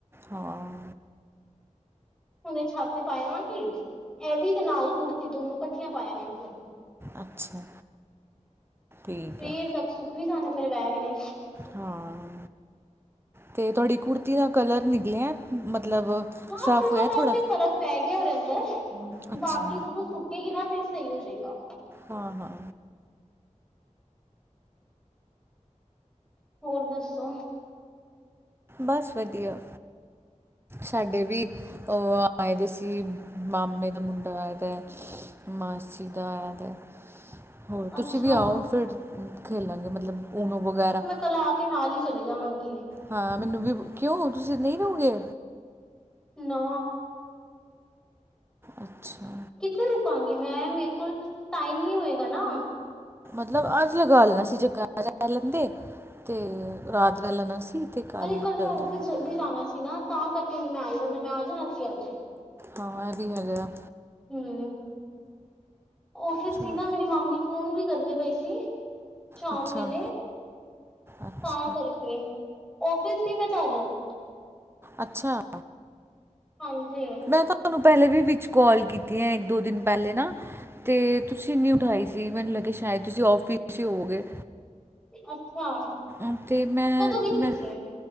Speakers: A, on the right (about 20°); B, in the centre.
A: ਹਾਂ।
B: ਹੁਣੇ ਛਾਤੇ ਪਾਇਆ ਆਵਾ ਗੀ ਐਵੀ ਦੇ ਨਾਲ ਕੁੜਤੀ ਦੋਨੋ ਇਕੱਠੀਆਂ ਪਾਇਆ ਆਵਾ ਗੀ।
A: ਅੱਛਾ। ਠੀਕ
B: ਸਵੇਰ
A: ਹੈ
B: ਤੱਕ ਸੁਖ ਵੀ ਜਾਣਾ ਤੇਰੇ ਮੇਰੇ ਬੈਗ ਨੇ।
A: ਹਾਂ ਤੇ ਤੁਹਾਡੀ ਕੁੜਤੀ ਦਾ ਕਲਰ ਨਿਕਲਿਆ ਮਤਲਬ
B: ਹਾਂ
A: ਸਾਫ਼
B: ਥੋੜਾ
A: ਹੋਇਆ
B: ਬਹੁਤ
A: ਥੋੜ੍ਹਾ
B: ਹੀ ਫ਼ਰਕ ਪੈ ਗਿਆ ਰੰਗ ਦਾ, ਅੰਦਰ
A: ਅੱਛਾ
B: ਬਾਕੀ ਜਦੋਂ। <unintelligible> ਫਿਰ ਸਹੀ ਹੋਜੇਗਾ।
A: ਹਾਂ-ਹਾਂ,
B: ਹੋਰ ਦੱਸੋ?
A: ਬਸ ਵਧੀਆ ਸਾਡੇ ਵੀ ਉਹ ਆਏ ਦੇ ਸੀ ਮਾਮੇ ਦੇ ਮੁੰਡੇ ਆਏ ਦੇ ਆ ਤੇ ਮਾਸੀ ਦਾ ਆਗਿਆ, ਹੋਰ ਤੁਸੀਂ
B: ਅੱਛਾ
A: ਵੀ ਆਓ ਫਿਰ ਖੇਲਾਂਗੇ ਮਤਲਬ ਊਨੋ ਵਗੈਰਾ
B: ਚੱਲ ਆ ਤੇ ਨਾਲ ਈ ਚਲੀ ਜਾਵਾਂਗੀ।
A: ਹਾਂ ਮੈਨੂੰ ਵੀ ਕਿਉਂ ਤੁਸੀਂ ਨਹੀਂ ਰਉਗੇ
B: ਨਾ
A: ਅੱਛਾ
B: ਕਿੱਥੇ ਰੁਕਾਂਗੀ ਮੈਂ ਮੇਰੇ ਕੋਲ ਟਾਈਮ ਨੀ ਹੋਏਗਾ ਨਾ।
A: ਮਤਲਬ ਅੱਜ ਲਗਾ ਲੈਣਾ ਸੀ <unintelligible> ਲੈ ਲੈਂਦੇ। ਤੇ ਰਾਤ ਰੇ ਲੈਨਾ ਸੀ। ਤੇ
B: ਅਰੇ ਕੱਲ ਮੈਂ
A: ਚੱਲ
B: ਓਫਿਸ
A: ਜਾਣਾ
B: ਜਲਦੀ ਜਾਨਾ ਸੀ ਨਾ ਤਾਂ ਕਰਕੇ ਨੀ ਮੈਂ ਆਈ ਵਰਨਾ ਮੈਂ ਆ ਜਾਨਾ ਸੀ ਅਜ।
A: ਹਾਂ ਐ ਵੀ ਹੈਗਾ।
B: ਹੂੰ ਓਫਿਸ
A: ਚਲੋ
B: ਸੀ ਨਾ ਮੇਰੀ ਮਾਮੀ ਫੋਨ ਵੀ ਕਰਦੇ ਪਏ ਸੀ। ਸ਼ਾਮ
A: ਅੱਛਾ,
B: ਵੇਲੇ
A: ਅੱਛ
B: ਤਾਂ ਕਰਕੇ ਆਫਿਸ ਕਿ ਮੈਂ <unintelligible>
A: ਅੱਛਾ।
B: ਹਾਂਜੀ।
A: ਮੈਂ ਤੁਹਾਨੂੰ ਪੈਲੇ ਵੀ ਵਿੱਚ ਕਾਲ ਕੀਤੀਐ ਇੱਕ ਦੋ ਦਿਨ ਪੈਲੇ ਨਾ। ਤੇ ਤੁਸੀਂ ਨੀ ਉਠਾਈ ਸੀ ਮੈਨੂੰ ਲੱਗਿਆ ਸ਼ਾਇਦ ਤੁਸੀਂ ਆਫਿਸ ਹੀ ਹੋਓਗੇ।
B: ਅੱਛਾ
A: ਓਕੇ ਮੈਂਂ-ਮੈਂ
B: ਕਦੋਂ ਕੀਤੀ ਸੀ